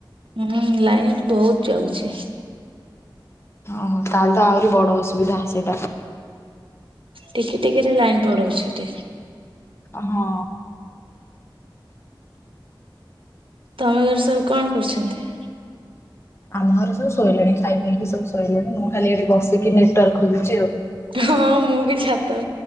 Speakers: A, on the right; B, on the left.
A: ହୁଁ ଲାଇନ୍ ଏଠି ବହୁତ୍ ଯାଉଛି।
B: ଓହୋ ତାହେଲେ ତ ଆହୁରି ବଡ ଅସୁବିଧା ସେଟା।
A: ଟିକେ ଟିକେ ରେ ଲାଇନ୍ ପଡଉଛି ଟି।
B: ହଁ।
A: ତମ ଘରେ ସବୁ କଣ କରୁଛନ୍ତି?
B: ଆମ ଘରେ ସବୁ ଶୋଇଲେଣି ଖାଇ ପିକି ସବୁ ଶୋଇଲେଣି ମୁଁ ଖାଲି ଏଠି ବସିକି ନେଟାର୍କ ଖୋଜୁଚି ଆଉ।
A: ହଁ ମୁଁ ବି ଛା ତ